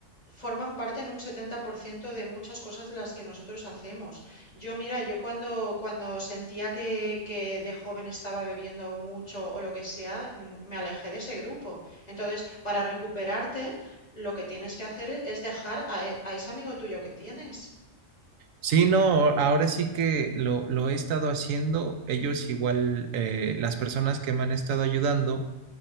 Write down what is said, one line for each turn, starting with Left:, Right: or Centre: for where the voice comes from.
Left: forman parte en un 70% de muchas cosas de las que nosotros hacemos. Yo, mira, yo cuando, cuando sentía que, que de joven estaba bebiendo mucho o lo que sea, mm, me alejé de ese grupo. Entonces, para recuperarte, lo que tienes que hacer es dejar a, e- a ese amigo tuyo que tienes.
Right: Sí, no, ahora sí que lo, lo he estado haciendo. Ellos igual, eh, las personas que me han estado ayudando